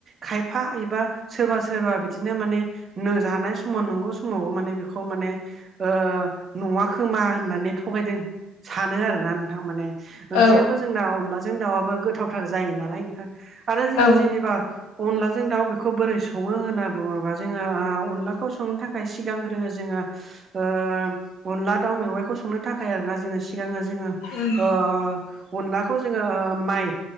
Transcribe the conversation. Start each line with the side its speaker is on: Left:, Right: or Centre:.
Right: खायफा एबा सोरबा सोरबा बिदिनो माने नो जानाय सम समाव नंगौ समावबो माने बेखौ माने ओ नङा खोमा होननानै थगायदों सानो आरोना नोंथां माने ओंख्रियाबो
Left: औ
Right: जोंना अनलाजों दाउआबो गोथावथार जायो नालाय नोंथां आरो जोङो
Left: औ
Right: जेनेबा अनलाजों दाउ बेखौ बोरै सङो होनना बुङोबा जोङो ओ अनला खौ संनो थाखाय सिगांग्रोङो जोङो ओ अनला दाउ मेवाइखौ संनो थाखाय आरोना जोङो सिगाङो जोङो
Left: उम
Right: ओ अनलाखौ जोङो ओ माइ